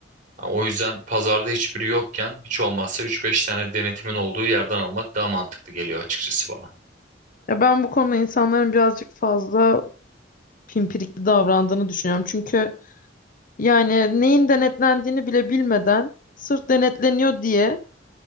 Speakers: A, on the right; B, on the left.
A: Ha, O yüzden pazarda hiçbiri yokken hiç olmazsa üç beş tane denetimin olduğu yerden almak daha mantıklı geliyor açıkçası bana.
B: Ya ben bu konuda insanların birazcık fazla pimpirikli davrandığını düşünüyorum. Çünkü yani neyin denetlendiğini bile bilmeden sırf denetleniyor diye